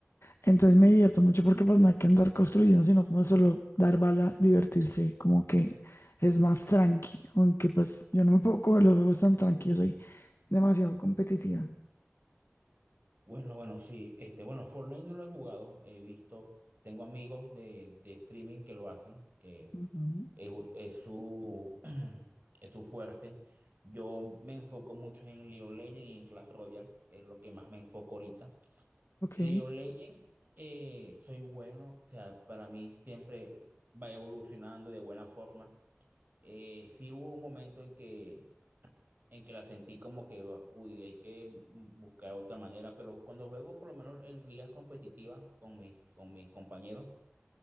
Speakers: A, on the left (about 60°); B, on the right (about 40°).
A: Entonces me divierto mucho porque pues no hay que andar construyendo, sino como solo dar bala, divertirse, como que es más tranqui, aunque pues yo no me puedo coger los juegos tan tranquilos soy demasiado competitiva.
B: Bueno, bueno, sí, este, bueno, Fortnite no lo he jugado, he visto, tengo amigos de, de streaming que lo hacen, que
A: Ujú,
B: es, es su, <clears throat> es su fuerte. Yo me enfoco mucho en League of Legends y en Clash Royale, es lo que más me enfoco ahorita.
A: Ok.
B: League of Legends, eh, soy bueno, o sea, para mí siempre va evolucionando de buena forma. Eh, sí hubo un momento en que, en que la sentí como que, uy, hay que buscar otra manera, pero cuando juego, por lo menos en ligas competitivas con mis, con mis compañeros,